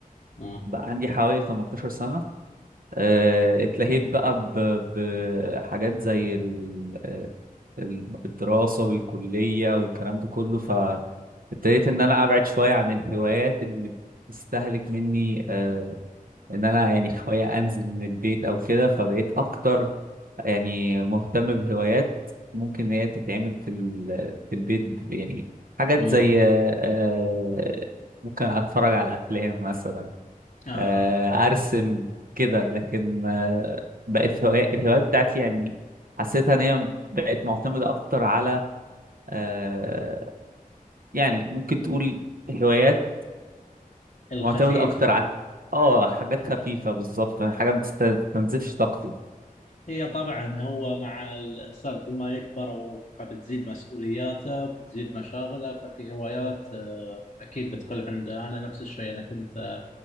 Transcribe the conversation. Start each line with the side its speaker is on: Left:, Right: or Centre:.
Left: مم.
Right: بقى عندي حوالي 18 سنه آه، اتلهيت بقى ب- بحاجات زي ال- آه، ال- الدراسة والكلية والكلام ده كله فابتديت إن أنا أبعد شوية عن الهوايات اللي بتستهلك مني آه، إن أنا يعني شوية أنزل من البيت أو كده فبقيت أكتر يعني مهتم بهوايات ممكن إن هي تتعمل في ال- في البيت يعني حاجات
Left: مم.
Right: زي آه، ممكن أتفرج على أفلام مثلا
Left: آه
Right: آه، ارسم كده لكن آه، بقت هوا- الهوايات بتاعتي يعني حسيتها ان هي بقت معتمده اكتر على آه، يعني ممكن تقول هوايات
Left: الخفيفة
Right: معتمده اكتر على اه حاجات خفيفه بالظبط حاجه ما تستنزفش طاقتي
Left: هي طبعا هو مع الإنسان كل ما يكبر و- فبتزيد مسؤولياته بتزيد مشاغله ففي هوايات آه، أكيد بتقل عنده أنا نفس الشيء أنا كنت